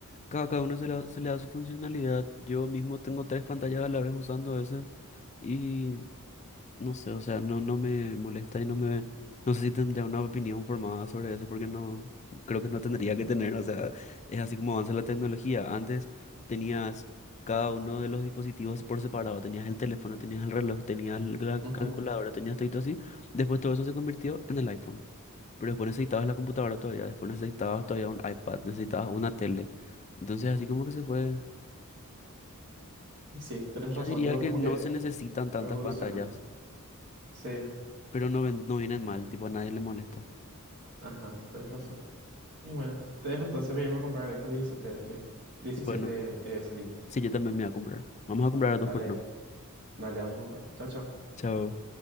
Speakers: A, on the left (about 30°); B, on the right (about 50°).
A: cada, cada uno se, le se le da su funcionalidad. Yo mismo tengo tres pantallas a la vez usando a veces y no sé, o sea, no, no me molesta y no me... No sé si tendría una opinión formada sobre eso porque no, creo que no tendría que tener, o sea, es así como avanza la tecnología. Antes tenías cada uno de los dispositivos por separado, tenías el teléfono, tenías el reloj, tenías la
B: Ujú.
A: calculadora, tenías todo así. Después todo eso se convirtió en el iPhone. Pero después necesitabas la computadora todavía, después necesitabas todavía un iPad, necesitabas una tele. Entonces así como que se fue.
B: Y sí, tenés
A: Yo
B: razón,
A: diría
B: tipo,
A: que
B: como
A: no
B: que
A: se necesitan tantas
B: va evolucionando.
A: pantallas,
B: Sí,
A: pero no ven- no vienen mal, tipo a nadie le molesta.
B: ajá, tenés razón. Y bueno, te dejo entonces para irme a comprar el iPhone diecisiete, eh, 17
A: Bueno,
B: Slim.
A: sí, yo también me voy a comprar. Vamos a comprar a
B: Dale,
A: dos por no.
B: dale, vamos a comprar. Chao, chao.
A: Chao.